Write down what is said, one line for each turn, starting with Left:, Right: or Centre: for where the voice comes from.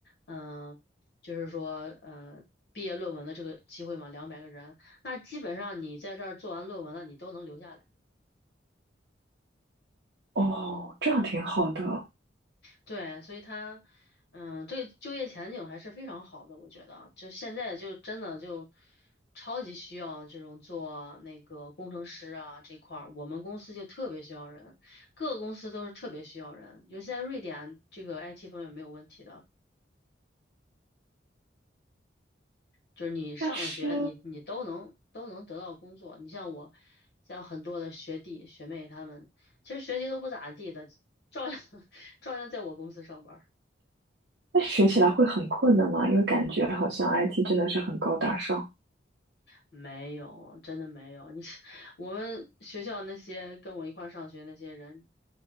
Left: 嗯、就是说呃毕业论文的这个机会嘛，两百个人。那基本上你在这儿做完论文了，你都能留下来。
Right: 哦，这样挺好的。
Left: 对，所以他，嗯，这个就业前景还是非常好的，我觉得，就现在就真的就超级需要这种做那个工程师啊这块儿，我们公司就特别需要人，各个公司都是特别需要人，尤其在瑞典，这个 IT 方面没有问题的，就是你上了学，
Right: 但是
Left: 你你都能都能得到工作。你像我，像很多的学弟学妹他们，其实学习都不咋地的，照样 <laughs> 照样在我公司上班。
Right: 那学起来会很困难嘛，因为感觉好像 IT 真的是很高大上。
Left: 没有，真的没有。你是我们学校那些跟我一块儿上学那些人，